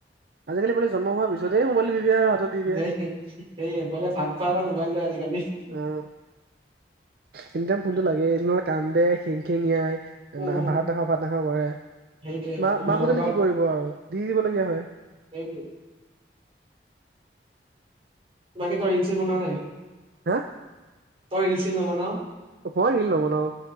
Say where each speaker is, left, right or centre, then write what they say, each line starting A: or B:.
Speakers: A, on the right (about 60°); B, on the right (about 35°).
A: আজিকালি পোৱালি জন্ম হোৱাৰ পিছতে মোবাইলটো দিয়ে আৰু হাতত। দি দিয়ে
B: এইফালে ভাত খোৱা আগত মোবাইল লৈ আজিকালি।
A: অ', এনিতাইম ফোনটো লাগে নহলে কান্দে খিং খিং আই
B: উম
A: নাই ভাত নাখা ভাত নাখাওঁ কৰে
B: সেইটোৱে
A: মা
B: মাক
A: মাকোহতেনো
B: বাপেকক
A: কি কৰিব আৰু দি দিবলগীয়া হয়।
B: সেইটো। বাকী তই ৰিল চিল বনোৱা নাই।
A: হা।
B: তই ৰিল চিল নবনাৱ
A: মই ৰিল নবনাও।